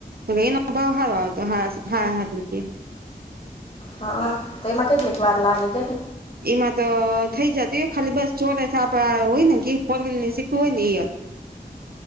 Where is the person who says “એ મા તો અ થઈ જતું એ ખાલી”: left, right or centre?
Right